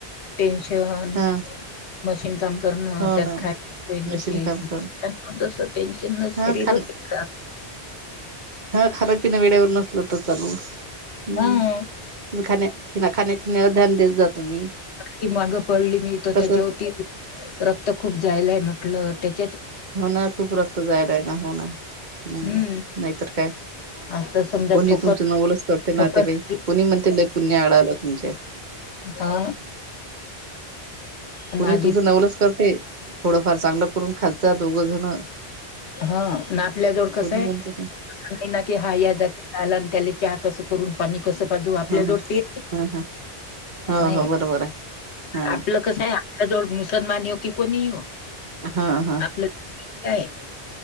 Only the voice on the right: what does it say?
हा
हो
ना
मशीन काम करण
हा खाण
हा खाना पिना वेळेवर नसलं तर चालेल हम्म
तुम्ही खाण्या खाण्यापिण्यावर ध्यान देत जा तुम्ही
कसं
होणार खूप रक्त जायला आहे ना होणार हम्म
नाहीतर काय
कोणी
तुमचं नवलच करते
ना ते बाई कोणी म्हणते लय पुण्य अडायल तुमचं.
कोणी
तुमचं नवलच करते थोडंफार चांगलं करून खात जा दोघजन.
म्हणते
हा हा
हा हा हो
हो बरोबर आहे हा
हा हा